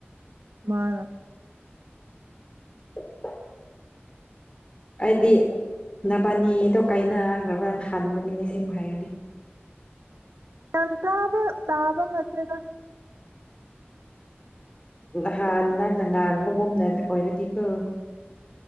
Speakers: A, on the right; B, on the left.
A: ꯃꯥꯅ
B: <inaudible> ꯑꯩꯗꯤ ꯅꯕꯥꯅꯤꯗꯣ ꯀꯥꯏꯅꯈ꯭ꯔꯕꯅ ꯍꯟꯥꯟꯕꯅꯤ ꯁꯦꯡꯕ ꯍꯥꯏꯔꯗꯤ
A: <unintelligible> ꯇꯥꯕ ꯇꯥꯕ ꯅꯠꯇꯦꯗ
B: ꯅꯍꯥꯟ ꯅꯪꯅ ꯉꯥꯡꯕꯒꯨꯝꯅ ꯑꯣꯏꯔꯗꯤꯀꯣ